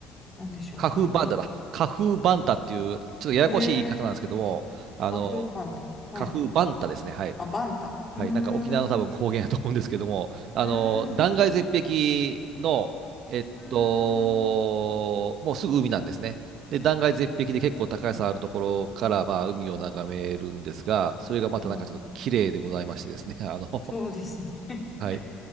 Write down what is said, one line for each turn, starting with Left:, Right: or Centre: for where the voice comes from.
Left: なんでしょう。
Right: カフーバンタだ。
Left: なんだろ
Right: カフーバンタっていう、ちょっとややこしい言い方なんですけども、
Left: う。ええ、
Right: あの、
Left: カフーパンダ。はい。
Right: カフーバンタですね。はい。
Left: あ、バンタ。うーん、
Right: はい、なんか沖縄の多分高原だと思うんですけども、
Left: う
Right: あの、
Left: ーん、
Right: 断崖絶壁の、
Left: う
Right: えっと、
Left: ーん。
Right: もうすぐ海なんですね。で、断崖絶壁で結構高さあるところから、まあ、海を眺めるんですが、それがまたなんかちょっと綺麗でございましてですね、
Left: もう
Right: <laughs> あの、
Left: そうですね。<laughs>
Right: はい。